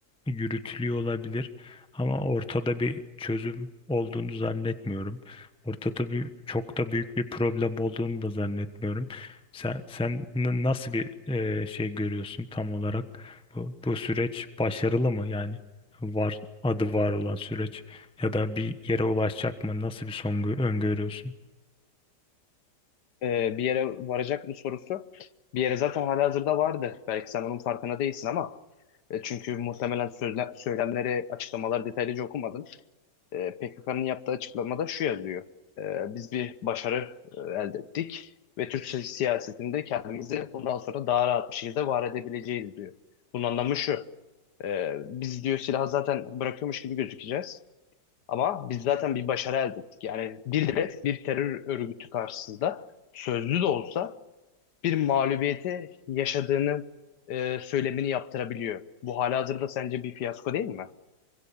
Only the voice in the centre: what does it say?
yürütülüyor olabilir ama ortada bir çözüm olduğunu zannetmiyorum. Ortada bir çok da büyük bir problem olduğunu da zannetmiyorum. Sen sen n- nasıl bir e, şey görüyorsun tam olarak? Bu, bu süreç başarılı mı yani? Var adı var olan süreç ya da bir yere ulaşacak mı? Nasıl bir son gö- öngörüyorsun?